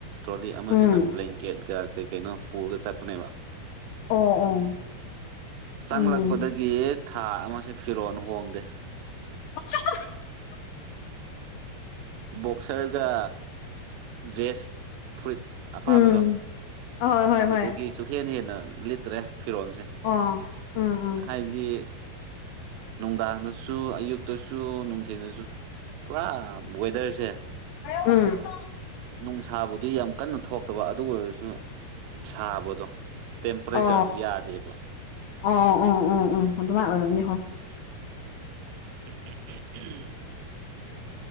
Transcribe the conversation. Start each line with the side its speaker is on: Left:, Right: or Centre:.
Right: ꯇꯣꯂꯤ ꯑꯃꯁꯤꯅ
Left: ꯎꯝ
Right: ꯕ꯭ꯂꯦꯡ ꯀꯦꯠꯀꯥ ꯀꯩ ꯀꯩꯅꯣ ꯄꯨꯔꯒ ꯆꯠꯄꯅꯦꯕ
Left: ꯑꯣ ꯑꯣ
Right: ꯆꯪꯂꯛꯄꯗꯒꯤ
Left: ꯎꯝ
Right: ꯊꯥ ꯑꯃꯁꯦ ꯐꯤꯔꯣꯟꯜ ꯍꯣꯡꯗꯦ
Left: <unintelligible>
Right: ꯕꯣꯛꯁꯔꯒ ꯚꯦꯖ ꯐ꯭ꯔꯨꯏꯠ ꯑꯄꯕꯗꯣ
Left: ꯎꯝ ꯑꯍꯣꯏ ꯍꯣꯏ
Right: ꯑꯗꯨꯗꯒꯤ
Left: ꯍꯣꯏ
Right: ꯆꯨꯝ ꯍꯦꯟ ꯍꯦꯟꯅ ꯂꯤꯠꯇ꯭ꯔꯦ ꯐꯤꯔꯣꯜꯁꯦ
Left: ꯑꯣ ꯎꯝ ꯎꯝ
Right: ꯍꯥꯏꯗꯤ ꯅꯨꯡꯗꯥꯡꯗꯁꯨ ꯑꯌꯨꯛꯇꯁꯨ ꯅꯨꯡꯊꯤꯟꯗꯁꯨ ꯄꯨꯔꯥ ꯋꯦꯗꯔꯁꯦ
Left: ꯎꯝ
Right: ꯅꯨꯡꯁꯥꯕꯨꯗꯤ ꯌꯥꯝ ꯀꯟꯅ ꯊꯣꯛꯇꯕ ꯑꯗꯨ ꯑꯣꯏꯔꯁꯨ ꯁꯥꯕꯗꯣ ꯇꯦꯝꯄꯔꯦꯆꯔꯗꯣ
Left: ꯑꯣ
Right: ꯌꯥꯗꯦꯕ
Left: ꯑꯣ ꯑꯣ ꯑꯣ ꯎ ꯑꯗꯨꯃꯥꯏ ꯑꯣꯏꯔꯝꯅꯤ ꯍꯣꯢ
Right: ꯎꯝ <unintelligible>